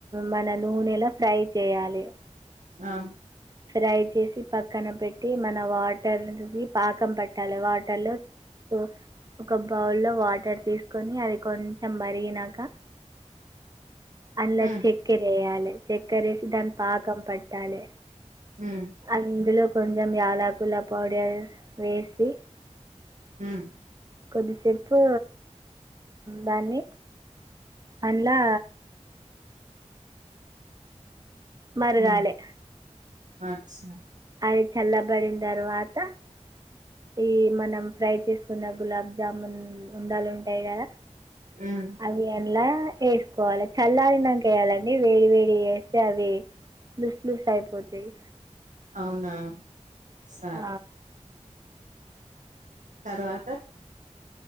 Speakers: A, on the right; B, on the right.
A: మన నూనెలో ఫ్రై చేయాలి
B: ఆ
A: ఫ్రై చేసి పక్కన పెట్టి మన వాటర్ది పాకం పట్టాలి వాటర్లో సో ఒక బౌల్లో వాటర్ తీసుకొని అది కొంచెం మరిగినాక అన్లా
B: ఉమ్
A: చెక్కర ఎయాలె చెక్కర వేసి దాని పాకం పట్టాలె
B: ఉమ్
A: అందులో కొంచెం యాలకుల పౌడర్ వేసి
B: ఉమ్
A: కొద్ది సేపు దాన్ని అంద్లా మరగాలె
B: ఉమ్ అచ్చా
A: అయ్ చల్ల బడిన తరువాత ఈ మనం ఫ్రై చేసుకున్న గులాబ్ జాముూన్ ఉండలు ఉంటాయి కదా
B: ఉమ్
A: అవి అలా వేసుకోవాలి చల్లారినంక వేయాలండి వేడి వేడి వే అవి లూస్లూసయిపోతేయి
B: అవునా సరే
A: ఆ
B: తర్వాత